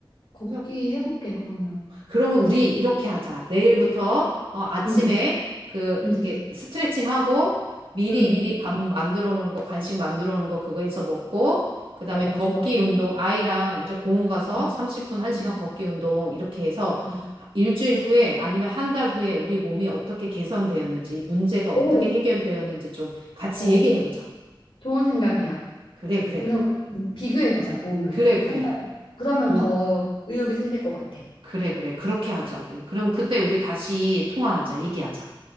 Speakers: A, on the left (about 85°); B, on the right (about 80°).
A: 걷기
B: 그래서
A: 해볼게, 그러면.
B: 그러면 우리
A: 음,
B: 이렇게 하자. 내일부터 어, 아침에
A: 음,
B: 그
A: 음,
B: 이렇게 스트레칭하고 미리
A: 음.
B: 미리 밥 만들어 놓은 거 간식 만들어 놓은 거 그거 해서 먹고 그다음에
A: 어,
B: 걷기
A: 좋아, 좋아.
B: 운동 아이랑 이제 공원 가서
A: 음,
B: 30분 1시간
A: 음,
B: 걷기 운동 이렇게 해서
A: 음.
B: 일주일 후에 아니면 한 달 후에 우리 몸이 어떻게 개선되었는지 이 문제가 어떻게
A: 오,
B: 해결되었는지 좀 같이
A: 어,
B: 얘기해 보자.
A: 좋은 생각이야.
B: 그래 그래.
A: 우선 우리 비교해보자, 몸을.
B: 그래 그래.
A: 한 달. 그러면
B: 좋아.
A: 더 의욕이 생길 것 같아.
B: 그래 그래. 그렇게 하자 우리. 그러면 그때 우리 다시 통화하자. 얘기하자.